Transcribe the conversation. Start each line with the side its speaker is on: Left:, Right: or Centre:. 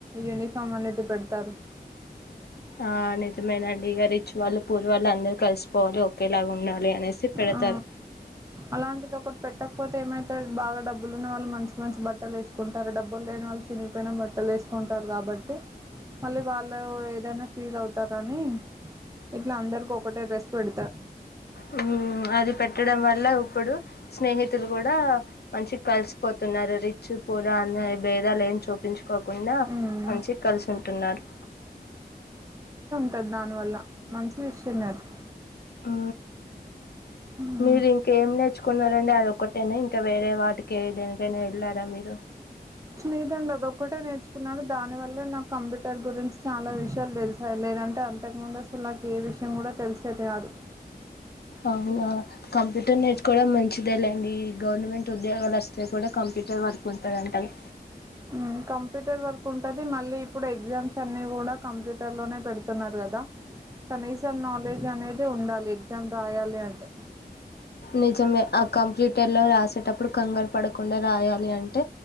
Right: యనిఫార్మ అనేది పెడ తారు
Left: ఆ నిజమేైనండి ఇక రిచ్ి వాళ్ళు పూర్ వాళ్ళు అందరు కలిసిపోవాలి ఓేలాగా ఉండాలి అనేసి పెడతారు
Right: ఆ అలాంటిది ఒకటి పెట్టకపోతే ఏమైత బాగా డబ్ బ్బులు ఉన్న వాళ్ళు మంచి మంచి బట్టలు వేసుకుంటారు డబ్బులు లేని వాళ్ళు చినిపోయినా బట్టలు వేసుకుంటారు కాబట్టి మళ్ళీ వాళ్ళు ఏదైనా ఫీల్ అవుతారాని ఇట్లా అందరికి ఒకటే డ్రెస్ పెడతారు
Left: ఉమ్ అది పెట్టడం వల్ల ఇప్పుడు స్నేహితులు కూడా మంచి కలిసిపోతున్నారు రిచ్ పూర్ అన్న భేదాలు ఏని చూపించు కోకుండా
Right: మ్మ్
Left: మంచి కలిసు ఉంటున్నారు
Right: టాది దానివల్ల మంచి విషయం అది
Left: ఆ
Right: మ్మ్
Left: మీరూ ఇంక ఏం నే తెచ్చుకున్నారండి అదొక్కటేనా ఇంకా వేరే వాటికి దేనికైనా వెళ్ళారా మీరు
Right: స్నేదండి అదొక్కటే నేర్చుకున్నాను దాని వల్లే నాకు కంప్యూటర్ గురించి చాలా విషయాలు తెలుసాయి లేదంటే అంతకుముందు అసలు నాకు ఏ విషయం కూడా తెలిసేది కాదు
Left: అవునా కంప్యూటర్ నేర్చుకోవడం మంచిదెలె అండి గవర్నమెంట్ ఉద్యోగాలు వస్తే కూడా కంప్యూటర్ వర్క్ ఉంటది అంటారు
Right: ఉ కంప్యూటర్ వర్క్ ఉంటది మళ్ళీ ఇప్పుడు ఎగ్జామ్స్ అన్ని కూడా కంప్యూటర్ లోనే పెడుతున్నారు కదా కానీసం నాలెడ్జ్ అనేది అయితే ఉండాలి ఎగ్జామ్ రాయాలి అంటే
Left: నిజమే ఆ కంప్యూటర్లో రాసేటప్పుడు కంగారు పడకుండా రాయాలి అంటే